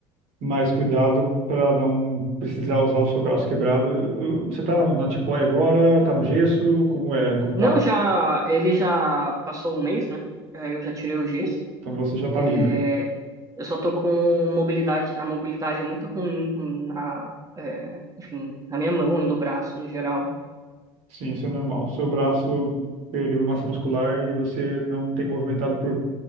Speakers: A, on the right; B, on the right.
A: mas cuidado para não precisar usar o seu braço quebrado. Uh, Você tá na, na tipoia agora, tá no gesso, como é, como
B: Não,
A: tá?
B: já. Ele já passou um mês, né? Aí eu já tirei o giz.
A: Então você já tá
B: É,
A: livre.
B: eu só tô com mobilidade. A mobilidade é muito ruim na. é, enfim, na minha mão e no braço, no geral.
A: Sim, isso é normal. Seu braço perdeu massa muscular e você não tem movimentado por